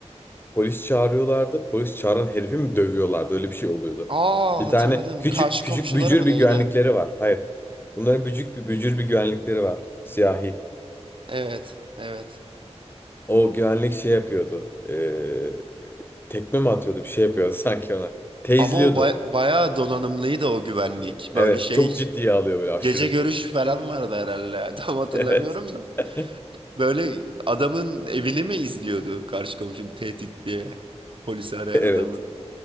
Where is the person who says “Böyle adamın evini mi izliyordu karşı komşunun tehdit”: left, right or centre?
Right